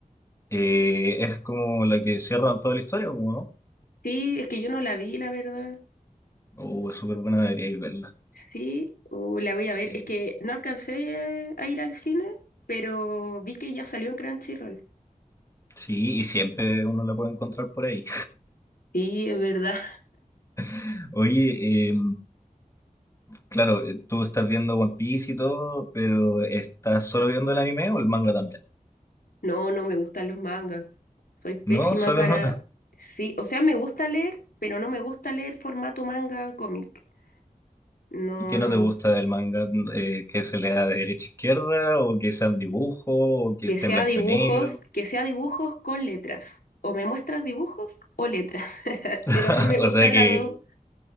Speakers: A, on the left; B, on the left.
A: Eh, es como la que cierra toda la historia, ¿o ¿no?
B: Sí, es que yo no la vi, la verdad.
A: O es súper buena, debería ir verla.
B: Sí, o la voy a
A: Sí,
B: ver.
A: sí.
B: Es que no alcancé a ir al cine, pero vi que ya salió en Crunchyroll.
A: Sí, y siempre uno la puede encontrar por ahí.
B: Sí, es verdad.
A: <laughs> Oye, eh, claro, eh, tú estás viendo One Piece y todo, pero ¿estás solo viendo el anime o el manga también?
B: No, no me gustan los mangas. Soy pésima
A: No, solo.
B: para...
A: <laughs>
B: Sí, o sea, me gusta leer, pero no me gusta leer formato manga cómic. No,
A: ¿Y qué
B: no
A: no
B: me
A: te gusta
B: gusta.
A: del manga? Eh, ¿que se lea de derecha a izquierda? ¿O que sean dibujos? ¿O que
B: Que
A: esté
B: sea
A: en blanco
B: dibujos,
A: y negro?
B: que sea dibujos con letras. O me muestras dibujos o letras. <laughs> Pero
A: <laughs>
B: no me gusta
A: O sea
B: las
A: que
B: dos.